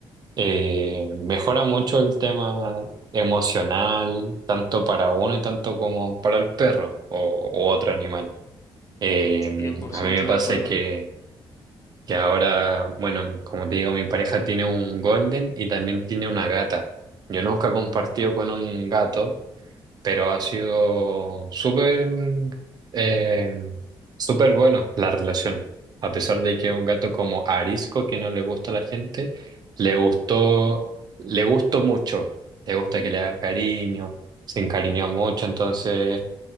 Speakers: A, on the right; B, on the left.
A: eh, mejora mucho el tema emocional, tanto para uno y tanto como para el perro o u otro animal. Eh,
B: 100%
A: a mí me pasa
B: de acuerdo.
A: que, que ahora, bueno, como te digo, mi pareja tiene un golden y también tiene una gata. Yo nunca he compartido con un gato, pero ha sido súper eh, súper bueno la relación. A pesar de que es un gato como arisco que no le gusta a la gente, le gustó, le gustó mucho. Le gusta que le haga cariño, se encariñó mucho, entonces